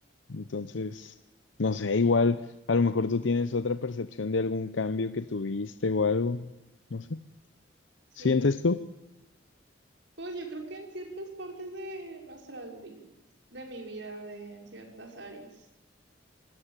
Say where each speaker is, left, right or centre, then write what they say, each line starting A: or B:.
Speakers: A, on the left; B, on the right.
A: Entonces, no sé, igual, a lo mejor tú tienes otra percepción de algún cambio que tuviste o algo, no sé.
B: Sí.
A: ¿Sientes tú?
B: Pues yo creo que en ciertas partes de nuestras vidas, de mi vida, de, en ciertas áreas.